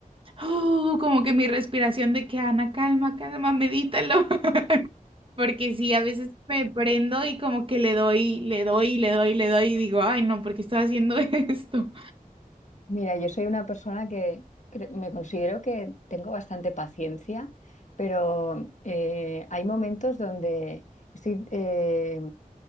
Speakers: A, on the right; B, on the left.
A: "Uh", como que mi respiración de que Ana, calma, calma, medítalo. Porque sí, a veces me prendo y como que le doy, le doy, le doy, le doy y digo, ay, no, ¿por qué estoy haciendo <laughs> esto?
B: Mira, yo soy una persona que cre- me considero que tengo bastante paciencia, pero eh, hay momentos donde estoy, eh,